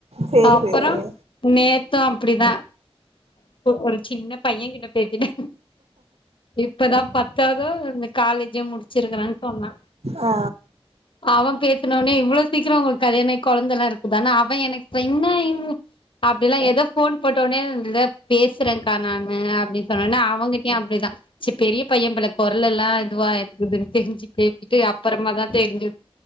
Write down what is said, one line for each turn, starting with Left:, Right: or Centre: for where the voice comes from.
Right: சேரி
Left: அப்புற
Right: சேரிங்க
Left: நேத்து அப்டிதா ஒரு சின்ன பையங்கிட்ட பேசிட்ட இப்பதா பத்தாதோ இந்த காலேஜோ முடிச்சிருக்கறான்னு சொன்னா
Right: ஆ
Left: அவ பேசனொன்னே இவ்ளோ சீக்கிரம் உங்களுக் கல்யாண ஆயி கொழந்தல்லா இருக்குதானா அவன் எனக்கு என்னா இவ் அப்டில்லா எதோ போன் போட்டோன்னே பேசுறேன்க்கா நானு அப்டின்னு சொன்னொன்ன அவங்கிட்டயும் அப்டிதா ச பெரிய பையன் போல குரல்லலா இதுவா க்குதுன்னு தெரிஞ்சு கேட்டுட்டு அப்புறமா தான் தெரிஞ்சுது